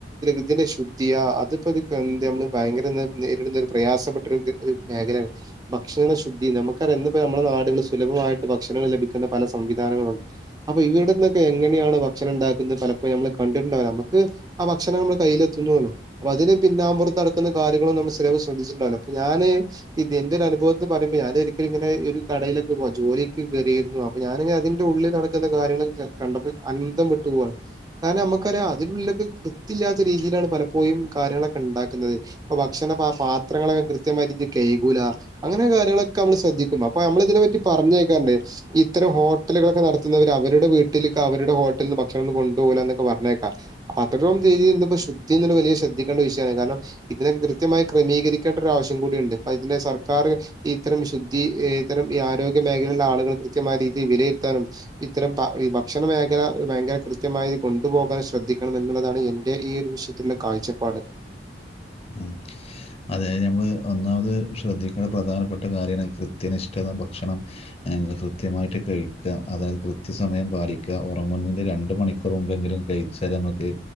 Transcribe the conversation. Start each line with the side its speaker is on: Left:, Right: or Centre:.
Right: ഇതിന്റെ ശുദ്ധിയാ അതിപ്പോ നമ്മള് ഭയങ്കര <unintelligible> പ്രയാസപ്പെട്ട ഒരു മേഖലയാണ് ഭക്ഷണ ശുദ്ധി നമുക്കറിയ ഇപ്പോ നമ്മള്ള നാടുകള് സുലഭമായിട്ട് ഭക്ഷണങ്ങൾ ലഭിക്കുന്ന പല സംവിധാനങ്ങളുണ്ട് അപ്പൊ ഇവിടുന്നൊക്കെ എങ്ങനെയാണ് ഭക്ഷണം ഉണ്ടാക്കുന്നത് പലപ്പോഴും നമ്മള്‌ കണ്ടിട്ടുണ്ടാവില്ല നമുക്ക് ആ ഭക്ഷണം നമ്മള്‌ കൈയിൽ എത്തുന്നുലോ അപ്പ അതിന് പിന്നാമ്പുറത്ത് നടക്കുന്ന കാര്യങ്ങളൊന്നും നമ്മള് ശ്ര ശ്രദ്ധിച്ചിട്ടുണ്ടാവില്ല അപ്പ ഞാന് ഇത് എന്റെ ഒരുനുഭവത്തി പറയുമ്പോ ഞാന് എനിക്ക് ഇങ്ങനെ ഒരു കടയിലൊക്കെ പോകുവാ ജോലിക്ക് കയറിയിരുന്നു അപ്പൊ ഞാന് അതിന്റെ ഉള്ളിൽ നടക്കുന്ന കാര്യങ്ങളൊ കണ്ടപ്പോ അന്തം വിട്ടു പോവുണ് കാരണം നമുക്കറിയാം അതിനുള്ളിലൊക്കെ വ്യത്തിയില്ലാത്ത രീതിയിലാണ് പലപ്പോഴും കാര്യങ്ങളൊക്കെ ഉണ്ടാക്കുന്നത് അപ്പൊ ഭക്ഷണ പാത്രങ്ങളൊക്കെ കൃത്യമായി രീതി കയിക്കൂല്ല അങ്ങനെ കാര്യങ്ങളൊക്കെ നമ്മള് ശ്രദ്ധി അപ്പൊ നമ്മള്‌ ഇതിനെ പറ്റി പറഞ്ഞ് കേക്കാറ്ണ്ട് ഇത്തരം ഹോട്ടലുകളൊക്കെ നടത്തുന്നവര് അവരുടെ വീട്ടിലിക്ക് അവരുടെ ഹോട്ടലിൽ നിന്ന് ഭക്ഷണം കൊണ്ടുപോകുല്ല എന്നൊക്കെ പറഞ്ഞേക്കാറുണ്ട് അതുപ്പം രീതിൽന്ന ശുദ്ധിന്ന വലിയ ശ്രദ്ധിക്കേണ്ട വിഷയമാണ് കാരണം ഇതിനെ കൃത്യമായി ക്രമീകരിക്കേണ്ട ഒരു ആവശ്യം കൂടിയുണ്ട് അ ഇതിന്റെ സർക്കാർ ഇത്തരം ശുദ്ധ ഇത്തരം ഈ ആരോഗ്യ മേഖലയിലെ ആളുകൾ കൃത്യമായ രീതിയിൽ വിലയിരുത്താനും ഇത്തരം ഈ ഭക്ഷണ മേഖല ഭയങ്കര കൃത്യമായി കൊണ്ടുപോകാൻ ശ്രദ്ധിക്കണം എന്നുള്ളതാണ് എന്റെ ഈ ഒരു വിഷ കാഴ്ചപ്പാട്
Left: ഉം അതായത് നമ്മൾ ഒന്നാമത് ശ്രദ്ധിക്കേണ്ട പ്രധാനപ്പെട്ട കാര്യമാണ് കൃത്യനിഷ്ഠത ഭക്ഷണം അ കൃത്യമായിട്ട് കഴിക്ക അതായത് കൃത്യസമയം പാലിക്കുക ഉറങ്ങുന്നതിൻ്റെ രണ്ട് മണിക്കൂർ മുമ്പെങ്കിലും കഴി സരമുക്ക്